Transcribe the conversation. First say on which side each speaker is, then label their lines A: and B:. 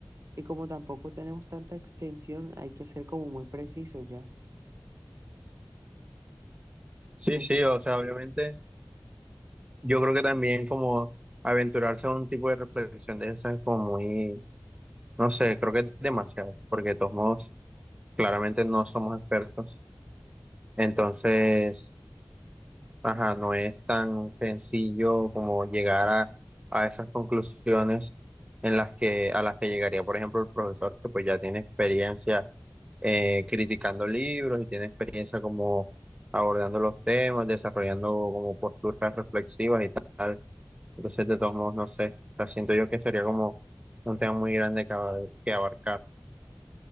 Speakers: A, on the right; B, on the right.
A: Y como tampoco tenemos tanta extensión, hay que ser como muy preciso ya.
B: Sí,
A: Ujú.
B: sí, o sea, obviamente yo creo que también como aventurarse a un tipo de reflexión de esa es como muy, no sé, creo que es demasiado, porque de todos modos claramente no somos expertos. Entonces... Ajá, no es tan sencillo como llegar a, a esas conclusiones en las que, a las que llegaría, por ejemplo, el profesor que pues ya tiene experiencia eh, criticando libros y tiene experiencia como abordando los temas, desarrollando como posturas reflexivas y tal. Entonces, de todos modos, no sé, o sea, siento yo que sería como un tema muy grande que, abar- que abarcar.